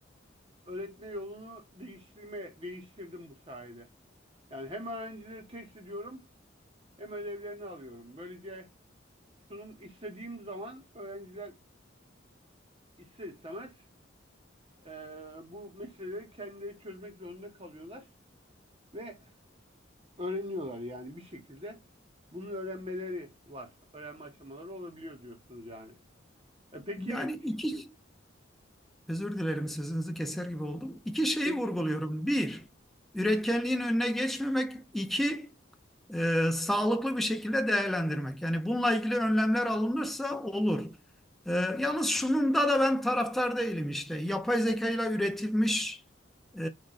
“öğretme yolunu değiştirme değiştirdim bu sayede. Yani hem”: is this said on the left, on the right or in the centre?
Right